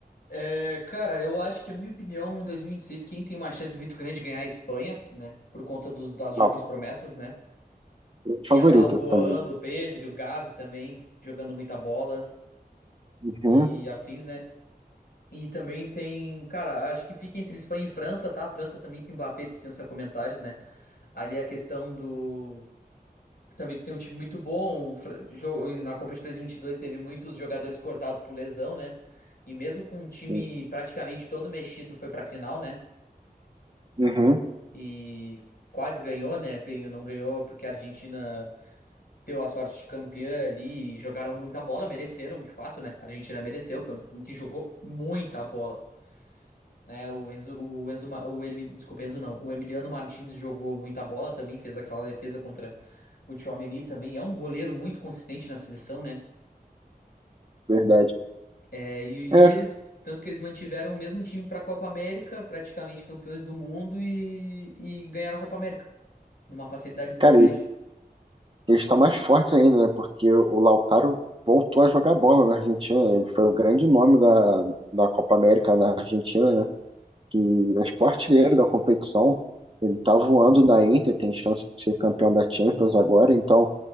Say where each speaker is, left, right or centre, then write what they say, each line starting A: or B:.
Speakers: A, on the left; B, on the right.
A: É, cara, eu acho que, a minha opinião, em 2026, quem tem uma chance muito grande de ganhar é a Espanha, né? Por conta dos, das jovens
B: Não,
A: promessas, né?
B: favorita
A: Yamal voando,
B: também.
A: o Pedri, o Gavi também jogando muita bola
B: Uhum,
A: e afins, né? E também tem, cara, acho que fica entre Espanha e França, tá? França também que o Mbappé dispensa comentários, né? Ali é a questão do. Também que tem um time muito bom. o Fra- jo- Na Copa de 2022 teve muitos jogadores cortados por lesão, né? E mesmo com um time
B: sim,
A: praticamente todo mexido, foi pra final, né?
B: uhum,
A: e quase ganhou, né? Ganhou, não ganhou porque a Argentina deu a sorte de campeã ali e jogaram muita bola, mereceram, de fato, né? A Argentina mereceu, foi um que jogou muita bola, né? O Enzo, o Enzo, Ma- o Elmi- desculpa, Enzo não, o Emiliano Martins jogou muita bola também, fez aquela defesa contra o Tchouaméni também, é um goleiro muito consistente na seleção, né?
B: verdade.
A: É, e,
B: É,
A: e eles, tanto que eles mantiveram o mesmo time para a Copa América, praticamente campeões do mundo e, e ganharam a Copa América numa facilidade muito
B: cara,
A: grande.
B: Eles estão mais fortes ainda, né? Porque o Lautaro voltou a jogar bola na Argentina, né? Ele foi o grande nome da, da Copa América na Argentina, né? Que é o artilheiro da competição. Ele tá voando na Inter, tem chance de ser campeão da Champions agora, então.